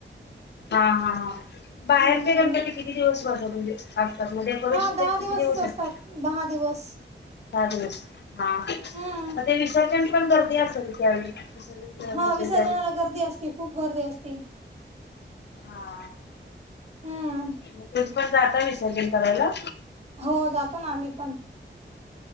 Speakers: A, on the left (about 60°); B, on the right (about 35°).
A: हा हा, बाहेरचे
B: हम्म.
A: गणपती किती दिवस बत म्हणजे असतात, मग डेकोरेशन
B: हा दहा
A: तेन किती
B: दिवसच
A: दिवस असतं?
B: असतात दहा दिवस.
A: दहा दिवस हा,
B: हम्म.
A: म ते विसर्जन पण गर्दी असेल त्या वेळी? विसर्जन करत
B: हा
A: असेल
B: विसर्जनाला गर्दी असती खूप गर्दी असती.
A: हां.
B: हम्म
A: मग तुम्ही पण जाता विसर्जन करायला?
B: हो जातो ना आम्ही पण.